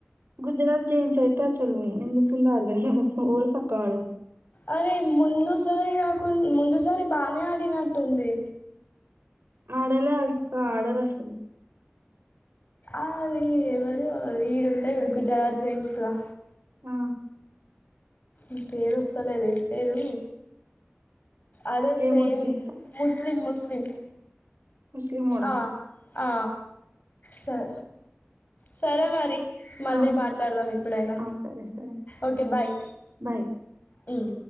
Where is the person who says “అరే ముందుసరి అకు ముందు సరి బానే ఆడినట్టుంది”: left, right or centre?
Left